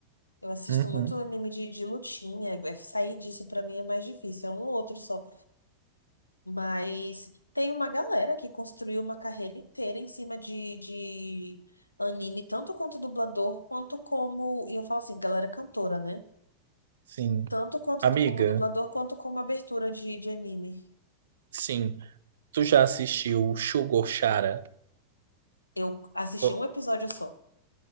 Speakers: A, on the left (about 85°); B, on the right (about 60°).
A: Eu assisto
B: Uhum,
A: muito anime de, de lutinha. É, sair disso pra mim é mais difícil, é um ou outro só. Mas tem uma galera que construiu uma carreira inteira em cima de, de anime, tanto quanto dublador, quanto como. E eu falo assim, galera cantora, né?
B: sim.
A: tanto quanto
B: Amiga.
A: como dublador quanto como abertura de, de anime.
B: Sim. Tu já assistiu Sugar Chara?
A: Eu assisti
B: Oh,
A: um episódio só.